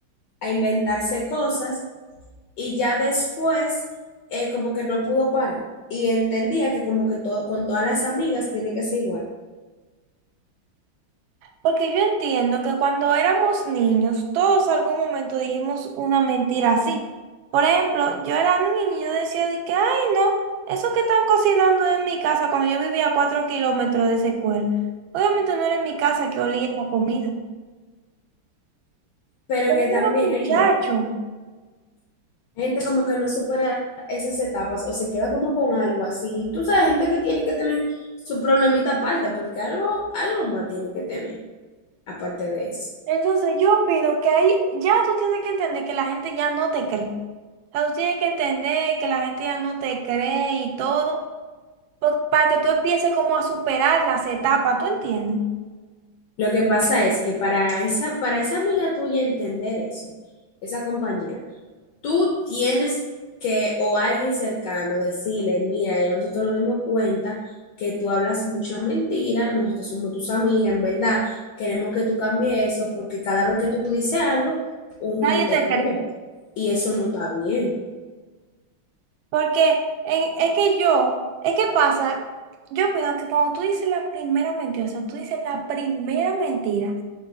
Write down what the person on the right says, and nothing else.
Porque yo entiendo que cuando éramos niños, todos algún momento dijimos una mentira así. Por ejemplo, yo era niña y yo decía de que, ay, no, eso que están cocinando es en mi casa cuando yo vivía a cuatro kilómetros de esa escuela. Obviamente no era en mi casa que olía esa comida.
Pero
no
era muchacho.
Entonces yo opino que ahí ya tú tienes que entender que la gente ya no te cree. O sea, tú tienes que entender que la gente ya no te cree y todo, po- para que tú empieces como a superar las etapas, ¿tú entiendes?
Nadie
te
cree.
Porque en- es que yo, es que pasa, yo opino que cuando tú dices la primera mentira, o sea, tú dices la primera mentira,